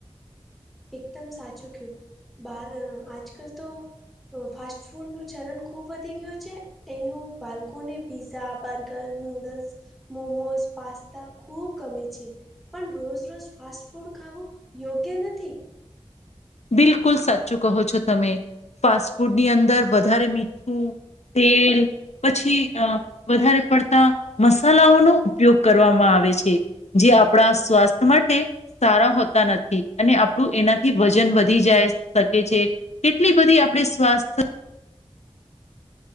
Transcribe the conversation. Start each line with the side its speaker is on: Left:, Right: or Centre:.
Centre: એકદમ સાચું કયું બાર આજ કલ તો ફાસ્ટ ફૂડનું ચલણ ખૂબ વધી ગયું છે. એનું બાળકોને pizza burger noodles. Momos pasta ખૂબ કમી છે. પણ રોજ રોજ ફાસ્ટ ફૂડ ખું યોગ્ય નથી.
Left: બિલકુલ સાચું કહો છો તમે ફાસ્ટ ફૂડની અંદર વધારે મીઠું તેલ. પછી અ વધારે પડતા મસાલાઓનોો ઉપયોગ કરવામાં આવે છે. જે આપણા સ્વાસ્થ્ય માટે સારા હોતા નથી અને આપણું એનાથી વધ જાય શકે છે કેટલી બધી આપણે સ્થ